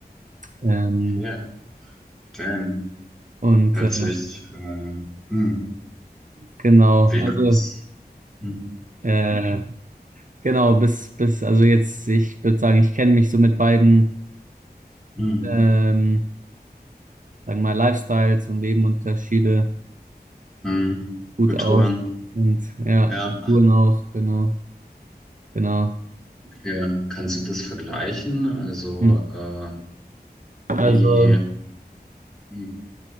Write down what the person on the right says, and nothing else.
Ähm,
und
äh,
genau,
also
äh, Genau, bis, bis, also jetzt, ich würde sagen, ich kenne mich so mit beiden,
ähm, sagen wir mal, Lifestyles und Lebenunterschiede
gut
aus. Und ja,
Kulturen auch, genau, genau.
Hm.
Also,